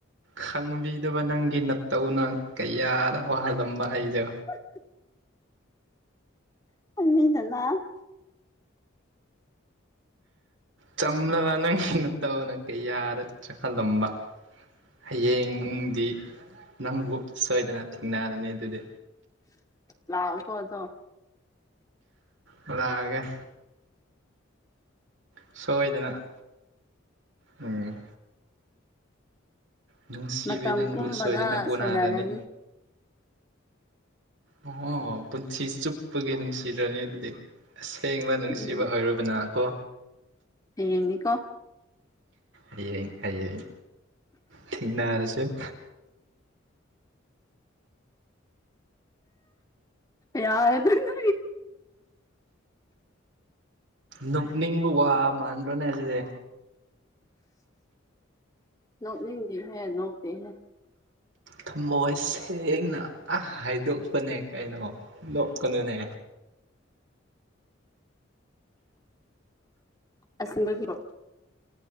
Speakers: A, on the right (about 65°); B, on the left (about 15°).
A: ꯈꯪꯕꯤꯗꯕ ꯅꯪꯒꯤ ꯅꯠꯇꯧꯅ ꯀꯌꯥꯗ ꯋꯥꯍꯜꯂꯝꯕ ꯑꯩꯁꯦ
B: <unintelligible> <inaudible>
A: ꯆꯝꯂꯕ ꯅꯪ ꯅꯠꯇꯧꯅ ꯀꯩꯌꯥꯗ ꯆꯥꯛꯍꯜꯂꯝꯕ ꯍꯌꯦꯡꯗꯤ ꯅꯪꯕꯨ ꯁꯣꯏꯗꯅ ꯊꯦꯡꯅꯔꯅꯤ ꯑꯗꯨꯗꯤ
B: ꯂꯥꯛꯑꯣ ꯀꯣ ꯑꯗꯣ
A: ꯂꯥꯛꯑꯒꯦ ꯁꯣꯏꯗꯅ ꯎꯝ ꯅꯨꯡꯁꯤꯕꯤ
B: ꯃꯇꯝ
A: ꯅꯪꯕꯨ
B: ꯄꯨꯝꯕꯗ
A: ꯁꯣꯏꯗꯅ ꯎꯅꯔꯅꯤ
B: ꯁꯦꯟꯅꯔꯅꯤ
A: ꯑꯣ ꯄꯨꯟꯁꯤ ꯆꯨꯞꯄꯒꯤ ꯅꯨꯡꯁꯤꯔꯅꯤ ꯑꯗꯨꯗꯤ ꯑꯁꯦꯡꯕ ꯅꯨꯡꯁꯤꯕ
B: ꯎꯝ
A: ꯑꯣꯏꯔꯨꯕꯅ ꯀꯣ
B: ꯍꯌꯦꯡꯅꯤꯀꯣ
A: ꯍꯌꯦꯡ ꯍꯌꯦꯡ ꯊꯦꯅꯔꯁꯦ
B: ꯌꯥꯔꯦꯗ ꯅꯪ
A: ꯅꯣꯛꯅꯤꯡꯕ ꯋꯥ ꯃꯥꯟꯕ꯭ꯔꯅꯦ ꯁꯤꯗꯤ
B: ꯅꯣꯛ ꯅꯤꯡꯗꯤ ꯍꯦ ꯅꯣꯛꯇꯦ ꯍꯦ
A: ꯊꯃꯣꯏ ꯁꯦꯡꯅ ꯍꯥꯏꯗꯣꯛꯄꯅꯦ ꯀꯩꯅꯣ ꯅꯣꯛꯀꯅꯨꯅꯦ
B: ꯑꯁꯤꯡꯕ ꯀꯤꯔꯣ